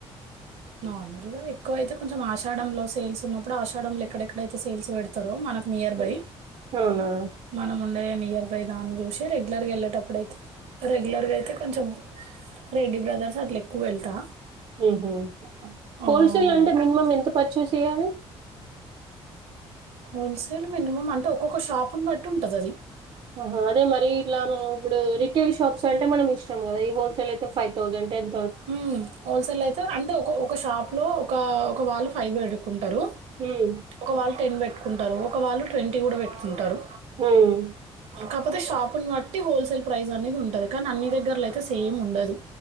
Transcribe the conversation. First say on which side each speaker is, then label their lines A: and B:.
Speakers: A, on the right; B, on the right.
A: నార్మల్ గా ఎక్కువ అయితే కొంచెం ఆషాఢంలో సేల్స్ ఉన్నప్పుడు ఆషాఢంలో ఎక్కడెక్కడయితే సేల్స్ పెడతారో మనకు నియర్
B: హ్మ్.
A: బై
B: అవునా?
A: మనం ఉండే నియర్ బై దాన్ని చూసి రెగ్యులర్గా వెళ్ళేటప్పుడు అయితే రెగ్యులర్గా అయితే కొంచెం రెడ్డి బ్రదర్స్ అట్లే ఎక్కువ వెళ్తా
B: ఊహూ
A: ఆహ్,
B: హోల్ సేల్ అంటే మినిమమ్ ఎంత పచ్చిస్ ఇయారు
A: హోల్ సేల్ మినిమం అంటే ఒక్కొక్క షాపుని బట్టి ఉంటది అది
B: ఆహా అదే మరి ఇట్లా ఇప్పుడు రిటైయిల్ షాప్స్ అంటే మనం ఇష్టం కదా ఈ హోల్ సేల్ అయితే ఫైవ్ థౌజండ్ టెన్
A: హ్మ్ హోల్ సేల్ అయితే అంటే ఒక ఒక షాప్ లో ఒక ఒక వాళ్ళు ఫైవ్ ఎడుకుంటారు
B: హ్మ్.
A: ఒక వాళ్ళు టెన్ బెట్ పెట్టుకుంటారు ఒక వాళ్ళు ట్వంటీ కూడా పెట్టుకుంటారు
B: హ్మ్
A: కాకపోతే షాపుని బట్టి హోల్ సేల్ ప్రైస్ అనేది ఉంటది కానీ అన్ని దగ్గరలో అయితే సేమ్ ఉండదు.